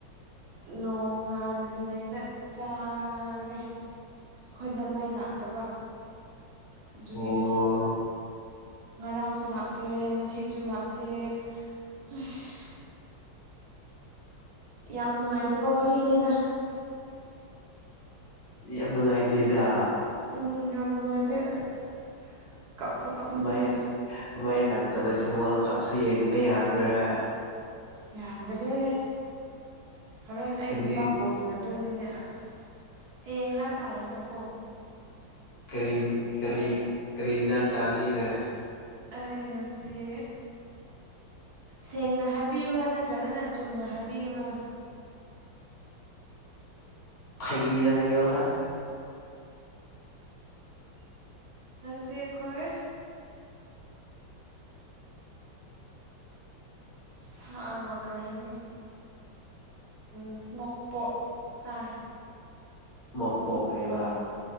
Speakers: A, on the right (about 55°); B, on the left (about 50°).
A: ꯅꯣꯡꯉꯥꯜꯂꯤꯉꯩꯗ ꯆꯥꯔꯦ ꯑꯩꯈꯣꯏꯗ ꯃꯩ ꯂꯥꯛꯇꯕ ꯑꯗꯨꯒꯤ
B: ꯑꯣ
A: ꯉꯔꯥꯡꯁꯨ ꯂꯥꯛꯇꯦ ꯉꯁꯤꯁꯨ ꯂꯥꯛꯇꯦ ꯑꯁ ꯌꯥꯝ ꯅꯨꯡꯉꯥꯏꯇꯕ ꯋꯥꯔꯤꯅꯤꯗ
B: ꯌꯥꯝ ꯅꯨꯡꯉꯥꯏꯇꯦꯗ
A: ꯎꯝ ꯌꯥꯝ ꯅꯨꯡꯉꯥꯏꯇꯦ ꯑꯁ ꯀꯞꯄꯨ ꯀꯥꯞꯅꯤꯡꯉꯦꯗ
B: ꯃꯥꯏ ꯃꯥꯏ ꯂꯥꯛꯇꯕꯁꯦ ꯋꯥꯔꯜ ꯀꯞꯁꯨ ꯌꯦꯡꯕ ꯌꯥꯗ꯭ꯔꯥ
A: ꯌꯥꯗ꯭ꯔꯦ ꯍꯣꯔꯦꯟ ꯑꯩ
B: ꯀꯔꯤ
A: ꯅꯨꯄꯥ ꯕꯣꯁꯅ ꯑꯗꯨꯣꯏꯅꯤꯅꯦ ꯑꯁ ꯍꯌꯦꯡ ꯍꯥꯏꯇꯥꯔꯦꯗꯀꯣ
B: ꯀꯔꯤ ꯀꯔꯤ ꯀꯔꯤ ꯏꯟꯁꯥꯡ ꯆꯥꯕꯤꯔꯦ
A: ꯂꯩ ꯉꯁꯤ ꯁꯦꯡꯅ ꯍꯥꯏꯕꯤꯌꯨꯔꯥ ꯅꯠꯇ꯭ꯔꯒꯅ ꯆꯨꯝꯅ ꯍꯥꯏꯕꯤꯌꯨꯔꯥ
B: ꯐꯩꯏꯗ ꯍꯥꯏ ꯋꯥꯗ <inaudible>
A: ꯁꯤ ꯈꯣꯏ ꯁꯥ ꯀꯩ ꯍꯥꯏꯅꯤ ꯏꯁꯃꯣꯛꯄꯣꯛ ꯆꯥꯏ
B: ꯃꯣꯃꯣ ꯑꯦꯕ